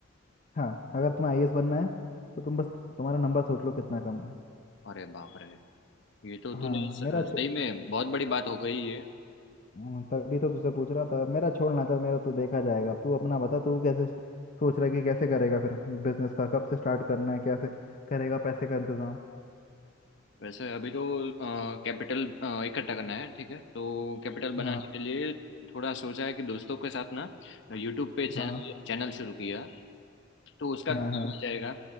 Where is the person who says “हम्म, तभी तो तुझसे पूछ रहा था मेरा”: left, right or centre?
Left